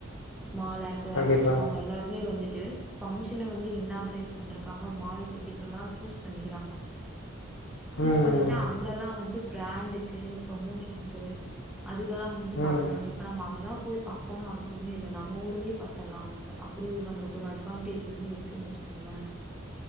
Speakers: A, in the centre; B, on the left.
A: சுமால் ஆக் டர்
B: கண்டிப்பா.
A: ஆக்டர்ஸ் அவங்க எல்லாருமே வந்துட்டு பஃங்ஷன வந்து இன்னாகரேட் பண்றக்காக மால் சிட்டிஸ் எல்லா சூஸ் பண்ணிக்கிறாங்க சூஸ்
B: ம்.
A: பண்ணிட்டு அங்க எல்லாம் வந்து பிராண்டுக்கு ப்ரமோஷனுக்கு அதுக்கெல்லாம் வந்துட்டு
B: ம்.
A: பாக்குறாங்க
B: ம்.
A: இப்ப நம்ம அங்கதான் போய் பா கனும் அவசியமே இல்ல நம்ம ஊர்லயே பார்த்துரலாம் அப்பிடி ஒரு நம்மளுக்கு ஒரு அட்வான்டேஜ் வந்து இருக்குன்னு வெச்சுகங்களேன்